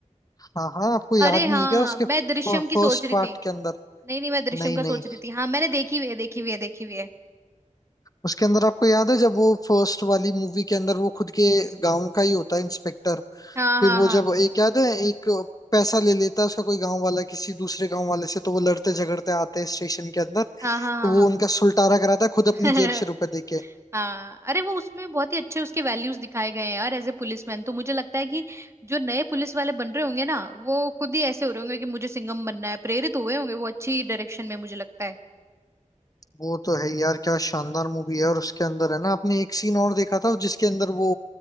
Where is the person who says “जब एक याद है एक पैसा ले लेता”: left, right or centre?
Left